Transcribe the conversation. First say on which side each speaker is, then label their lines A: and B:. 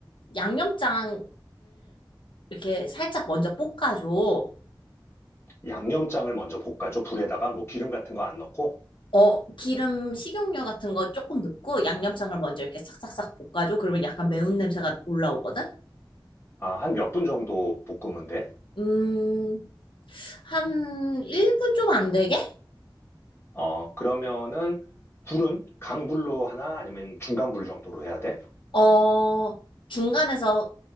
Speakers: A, on the left; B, on the left.
A: 양념장을 이렇게 살짝 먼저 볶아줘.
B: 양념장을 먼저 볶아줘. 불에다가 뭐 기름 같은 거 안 넣고,
A: 어, 기름, 식용유 같은 거 조금 넣고 양념장을 먼저 이렇게 싹싹싹 볶아줘. 그러면 약간 매운 냄새가 올라오거든?
B: 아, 한 몇 분 정도 볶으면 돼.
A: 음, 한 1분 좀 안 되게?
B: 어, 그러면은 불은 강불로 하나 아니면 중간불 정도로 해야 돼?
A: 어, 중간에서